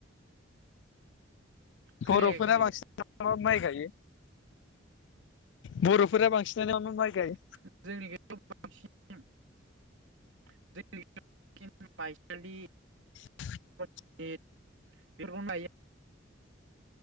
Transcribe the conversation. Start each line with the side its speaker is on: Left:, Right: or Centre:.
Right: खोनायाखै
Left: बर'फोरा
Right: खोनायाखै
Left: बांसिन <inaudible> माइ गायो बर'फोरा बांसिनानो मा मा माइ
Right: <inaudible>
Left: गायो
Right: <unintelligible>
Left: <inaudible>
Right: <unintelligible> <inaudible>